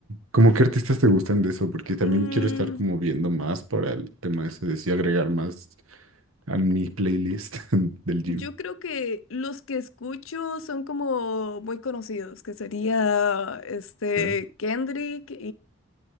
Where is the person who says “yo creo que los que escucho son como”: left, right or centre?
Left